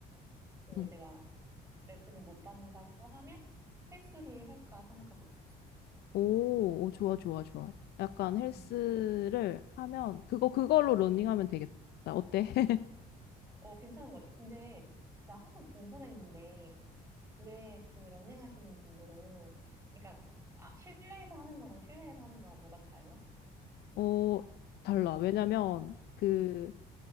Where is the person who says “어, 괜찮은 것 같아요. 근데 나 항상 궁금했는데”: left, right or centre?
Right